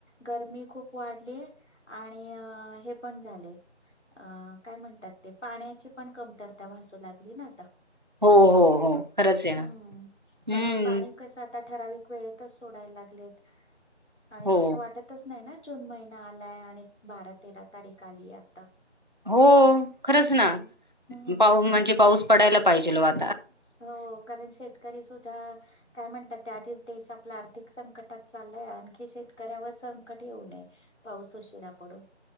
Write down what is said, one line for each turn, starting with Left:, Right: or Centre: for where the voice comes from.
Left: गरमी खूप वाढलीय आणि अ हे पण झालेय अ काय म्हणतात ते पाण्याची पण कमतरता भासू लागली ना आता.
Right: हो हो हो. खरंच आहे ना
Left: हम्म..
Right: हम्म
Left: कारण पाणी कसं आता ठराविक वेळेतच सोडायला लागेलं लेत. आणि
Right: हो
Left: असं वाटतचं नाही ना जून महिना आलाय आणि बारा तेरा तारीख आलीय आता.
Right: हो ओ... खरंच ना...
Left: हम्म हम्म
Right: पाऊ.. म्हणजे पाऊस पडायला पाहिजेलं ओ.
Left: हो कारण शेतकरी सुद्धाआ.. काय म्हणतात आधीच देश आपला आर्थिक संकटात चाललाय आणखी शेतकऱ्यावर संकट येऊ नये पाऊस उशिरा पडून.